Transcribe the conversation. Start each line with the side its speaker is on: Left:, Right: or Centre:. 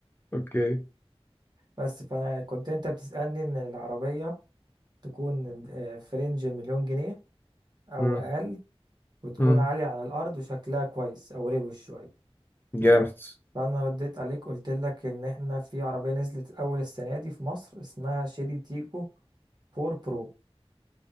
Left: اوكي
Right: بس فأنا كنت أنت بتسألني إن العربية تكون آه، في رينج مليون جنيه أو
Left: امم
Right: أقل وتكون
Left: امم
Right: عالية على الأرض وشكلها كويس أو روش شوية
Left: جامد
Right: فأنا رديت عليك قلت لك إن إحنا في عربية نزلت أول السنة دي في مصر اسمها شيري تيكو 4 برو